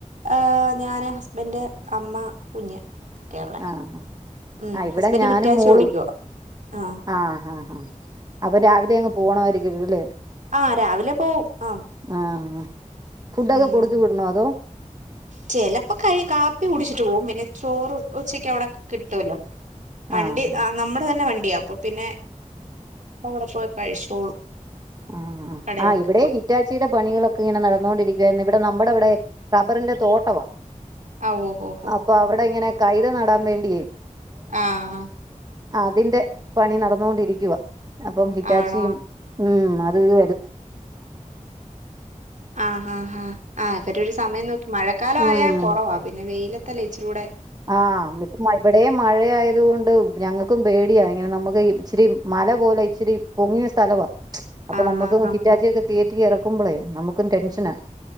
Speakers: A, on the right; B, on the right.
A: ഏ ഞാന് ഹസ്ബൻഡ് അമ്മ കുഞ്ഞ് ഒക്കെയുള്ളേ
B: ആ
A: ഉം
B: ആ ഇവിടെ
A: ഹസ്ബൻഡ്
B: ഞാനും
A: ഹിറ്റാച്ചി
B: മോളും
A: ഓടിക്കുവ ആഹ്
B: ആ ഹാ ഹാ അപ്പൊ രാവിലെ അങ്ങ് പോ പോണമായിരിക്കൂലല്ലേ
A: ആ രാവിലെ പോവും ആ
B: ആഹ് ഫുഡൊക്കെ
A: ഉം
B: കൊടുത്തു വിടണോ അതോ
A: ചെലപ്പോ കൈ കാപ്പി കുടിച്ചി റ്റൂ മിനിറ്റ് ചോറ് ഉച്ചക്കവിടെ കിട്ടുവല്ലോ വണ്ടി
B: ആഹ്
A: ആ നമ്മുടെ തന്നെ വണ് അപ്പൊ പിന്നെ അങ്ങടെ പോയി കഴിച്ചോളും
B: ആ
A: കടയിലൊക്കെ
B: ആ ഇവിടെ
A: പോയി
B: ഹിറ്റാച്ചിയുടെ പണികളൊക്കെ ഇങ്ങനെ നടന്നുകൊണ്ടിരി ഇവിടെ നമ്മുടെ ഇവിടെ റബ്ബറിന്റെ തോട്ടവാ
A: ആഹ് ഓഹ് ഓഹ് ഓഹ്
B: അപ്പൊ അവിടെ ഇങ്ങനെ കൈത നടാൻ വേണ്ടിയെ
A: ആ ഹാ
B: അതിന്റെ പണി നടന്നുകൊണ്ടിരിക്കുവാ അപ്പം ഹിറ്റാച്ചിയും
A: ആണോ
B: ഉം അത് ഇത്
A: ആഹ് ആ ആ ആ അവരൊരു സമയം നോക്കി മഴക്കാലം
B: ഉം
A: ആയാ കൊറവാ പിന്നെ വെയിലത്തല്ല ഇച്ചിരി കൂടെ
B: ആ ഇപ്പ ഇവിടെ മഴയായത് കൊണ്ട് ഞങ്ങൾക്കും പേടിയാ ഇങ്ങനെ നമ്മുക്ക് ഇച്ചിരി മല പോലെ ഇച്ചിരി പൊങ്ങിയ സ്ഥലമാണ് അപ്പൊ
A: ആഹ്
B: നമുക്ക്
A: ആഹ് ആഹ്
B: ഹിറ്റാച്ചിയൊക്കെ കേറ്റി ഇറ- ടെൻഷനാ